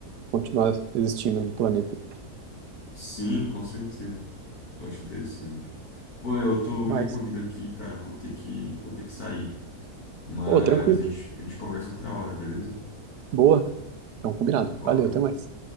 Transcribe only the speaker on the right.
continuar existindo no planeta.
É demais.
Pô, tranquilo.
Boa. Então, combinado.
Valeu, até mais.